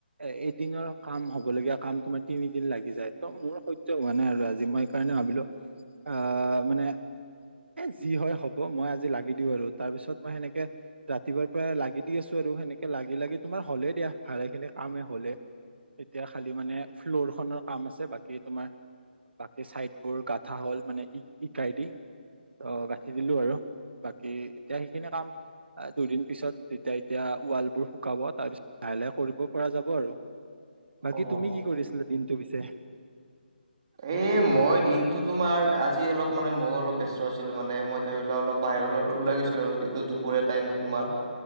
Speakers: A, on the right; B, on the right.
A: এ এদিনৰ কাম হব লগগীয়া কাম তোমাৰ তিনিদিন লাগি যায় ত মোৰ সহ্য হোৱা নাই আৰু আজি মই কাৰণে ভাবিলোঁ আহ মানে এ' যি হয় হ'ব মই আজি লাগি দিওঁ আৰু তাৰ পিছত মই সেনেকে ৰাতিপুৱাৰ পৰা লাগি দি আছোঁ। আৰু সেনেকে লাগি, লাগি তোমাৰ হ'লেই দা ভালে খিনি কামেই হ'লে। এতিয়া খালি মানে ফ্ল'ৰ খনৰ কাম আছে বাকী তোমাৰ বাকী চাইদ বোৰ গাঠা হ'ল মানে ই ইটাই দি। অ', গাঁঠি দিলো আৰু বাকী এতিয়া সেইখিনি কাম দুদিন পিছত তেতিয়া এতিয়া ৱাল বোৰ শুকাব তাৰ পিছত লাহে, লাহে কৰিব পৰা যাব আৰু। বাকী
B: অ
A: তুমি কি কৰিছিলা দিনটো পিছে?
B: এ মই দিনতটো তোমাৰ আজি অলপ মানে মইও অলপ ব্যস্ত আছিলোঁ মানে মই তেলে অলপ বাহিৰৰ ওলাই গৈছিলোঁ আৰু দুপৰীয়া টাইমত তোমাৰ।